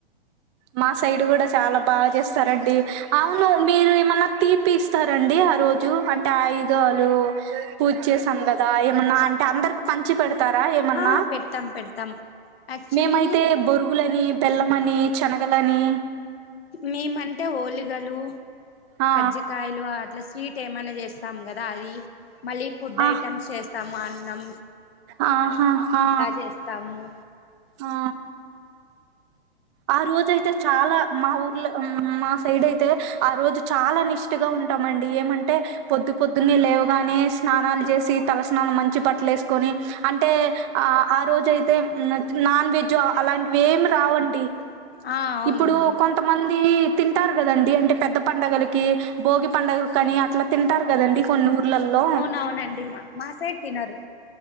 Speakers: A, on the right; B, on the left.
A: మా సైడ్ గుడా చాలా బాగా చేస్తారండి, అవును మీరు ఏమన్నా తీపిస్ స్తారండి ఆ రోజు, అంటే ఆయుధాలు పూజ చేసాం కదా, ఏమన్నా అంటే అందరికి పంచి పెడత తర ఏమన్న
B: ఆ పెడతాం పెడతాం యాక్చువల్లీ
A: మీము అయితే బోర్ గులని బెల్లమని చెనగలని
B: మేమంటే ఓలిగలు
A: ఆ
B: కజ్జికయలు అట్లా స్వీట్ ఏమనా చేస్ ా కదా అది మళ్ళీ ఫుడ్
A: ఆ
B: ఐటెమ్స్ చేస్తాము అన్నాం
A: ఆహా ఆ
B: చేస్తాము
A: ఆ ఆ రోజ అయితే చాలా మా ఊర్లో మా సైడ్ అయితే ఆ రోజు చాలా నిష్ ష్టగా ఉంటామండి ఏమంటే పొద్దు పొద్దున్నే లేవుగానే స్నాలు చేసి తలస్నానం మంచి పట్టలేస్ కోని అంటే ఆ ఆ రోజు అయితే నాన్ వె జ్ అలాంటివి ఏమి రావండి
B: ఆ అవునండి
A: ఇప్పుడు కొ తమంది తింటారు కదండి అంటే పెద్ద పండుగలకి భోగి పండుగల కాని అట్ ట్లా తింటారు కదండి కొన్ని ఊర్లలో
B: అవునండి మా సైడ్ తినరు